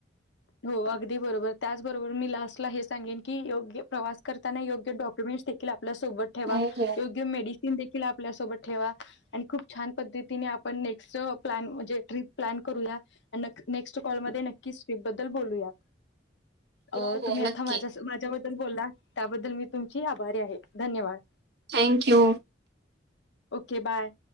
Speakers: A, on the left; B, on the right.
A: हो अगदी बरोबर, त्याचबरोबर मी लास्टला हे सांगेन की योग्य प्रवास करताना योग्य डॉक्युमेंट्स देखील आप- आपल्या सोबत ठेवा.
B: हो हो
A: योग्य मेडि- ते देखील आपल्या सोबत ठेवा, आणि खूप छान पद्धतीने आपण नेक्स्ट प्लॅन म्हणजे ट्रीप प्लॅन करूया, नक नेक्स्ट कॉल मध्ये नक्कीच ट्रीप बद्दल बोलूया.
B: हो
A: अ
B: हो
A: तुम्ही आथा
B: नक्की
A: माझ्यास माझ्याबद्दल बोलला त्याबद्दल मी तुमची आभारी आहे, धन्यवाद.
B: Thank you.
A: Okay bye.